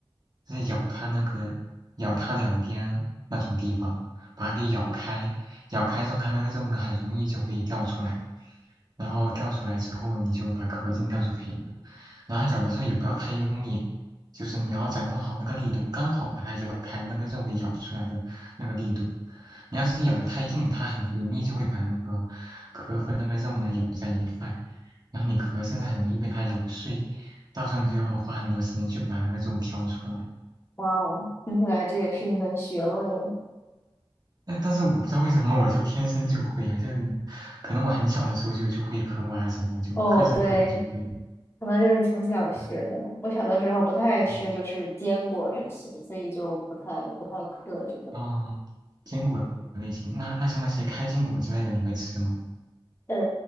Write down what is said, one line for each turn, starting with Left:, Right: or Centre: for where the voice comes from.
Right: 就是咬它那个，咬它两边那种地方，把它给咬开，咬开之后，它那个肉呢，很容易就会掉出来，然后掉出来之后，你就把壳扔掉就可以了。然后咬的时候也不要太用力，就是你要掌控好那个力度，刚好把它咬开，那个肉给咬出来的那个力度。你要是咬的太硬，它很容易就会把那个壳和那个肉呢咬在一块。然后你壳甚至很容易被它咬碎，到时候你就要花很多时间去把那个肉挑出来。
Left: 哇哦，听起来这也是一门学问。
Right: 但但是我不知道为什么我就天生就会啊，就是可能我很小的时候就就会嗑瓜子了，就嗑着嗑着就会了。
Left: 哦，对，可能就是从小学的。
Right: 嗯
Left: 我小的时候不太爱吃，
Right: 嗯
Left: 就是坚果那些，所以就不太不太嗑这种。
Right: 哦，坚果类型，那那像那些开心果之类的，你会吃吗？
Left: 呃，